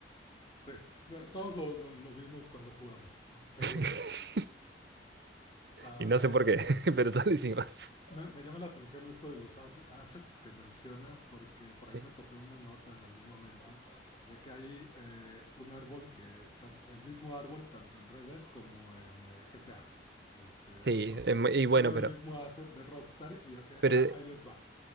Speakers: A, on the left; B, on the right.
A: Sí, no, todos lo, lo- lo vimos cuando jugamos, seguro.
B: <laughs>
A: Ah,
B: y no sé por qué, <laughs> pero tal hicimos.
A: Me, me llama la atención esto de los as- assets que mencionas porque por
B: Sí,
A: ahí me topé una nota en algún momento de que hay eh, un árbol que, tan- el mismo árbol tanto en Red Dead como en eh, GTA este,
B: sí,
A: 5, porque
B: em,
A: utilizaron
B: y bueno,
A: el
B: pero,
A: mismo asset de Rockstar y hace,
B: pero
A: ah, ahí les va.